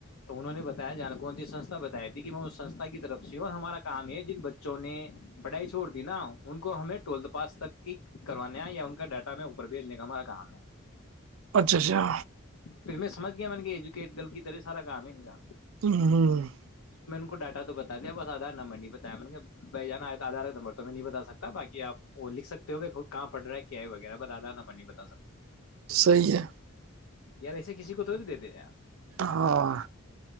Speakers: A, on the left; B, on the right.
A: تو انہوں نے بتایا جان کون سسھا بتاائی تھی کہ میں اس سے سسھا کی طرف سے اور ہمارا کام ہے جن بچوں نے پڑھائی چھوڑ دی نا ان کو ہمیں ٹویلتھ پاس تک کی کرانا یا ان کا ڈاٹا میں اوپر بھیجنے کا ہمارا کام ہے
B: اچھا اچھا
A: پھر میں سمج گیا بن گ کے ایجوکیٹ گل کی تے سارا کام ہے نا
B: <inaudible>
A: ک <inaudible> تو بتا دیا بس آدار نمر نہیں بتایا مط کہ بہ جانا آیا تو آدار ایک نبر تو میں نہیں بتا سکتا بای آپ وہ لکھکتے ہو ب کہاں پڑ رہا ہے کیا ہے وغیرہ بتادا نا پ نہیں بتا سکتا
B: صی ہے
A: یار ایسے کسی کو تووڑ دیتے یار
B: ہاں